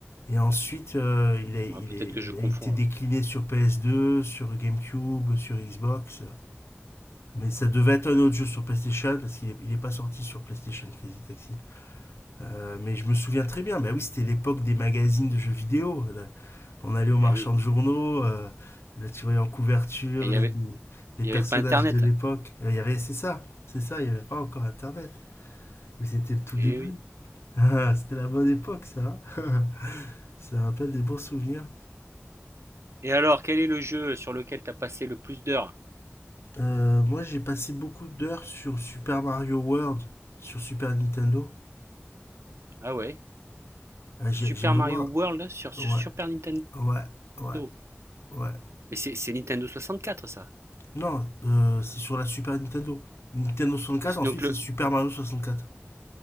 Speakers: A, on the left (about 65°); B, on the right (about 80°).
A: Et ensuite, euh, il a, il
B: ah, peut-être
A: est-
B: que je
A: il
B: confonds
A: a été
B: alors.
A: décliné sur PS2, sur GameCube, sur Xbox. Mais ça devait être un autre jeu sur PlayStation, parce qu'il n'est il est pas sorti sur PlayStation Crazy Taxi. Euh, mais je me souviens très bien, bah oui, c'était l'époque des magazines de jeux vidéo. Là, on allait aux marchands
B: Eh oui.
A: de journaux, euh, là tu voyais en couverture
B: Et il y
A: les,
B: avait,
A: les
B: il
A: personnages
B: y avait pas Internet.
A: de l'époque. Euh, Il y avait, c'est ça, c'est ça, il n'y avait pas encore Internet. Mais c'était le tout
B: Eh
A: début.
B: oui.
A: <laughs> Ah, c'était la bonne époque, ça. <laughs> hein. Ça rappelle des bons souvenirs.
B: Et alors, quel est le jeu sur lequel t'as passé le plus d'heures?
A: Euh, moi, j'ai passé beaucoup d'heures sur Super Mario World, sur Super Nintendo.
B: Ah ouais.
A: Euh, j'ai
B: Super
A: j'ai vraiment...
B: Mario World sur, sur
A: Ouais,
B: Super Nintendo.
A: ouais, ouais,
B: Mais
A: ouais.
B: c'est, c'est Nintendo soixante-quatre ça.
A: Non, euh, c'est sur la Super Nintendo. Nintendo 64, ensuite
B: Donc le.
A: c'est Super Mario 64.